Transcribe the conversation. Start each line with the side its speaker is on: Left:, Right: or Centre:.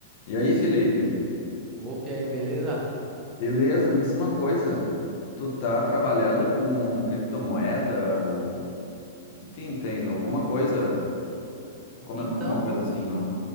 Left: E aí, Felipe?
Right: Opa, e aí, beleza?
Left: Beleza, me diz uma coisa. Tu tá trabalhando com criptomoeda ou enfim, tem alguma coisa? Tu comentou
Right: Então,
Left: alguma coisa assim, não?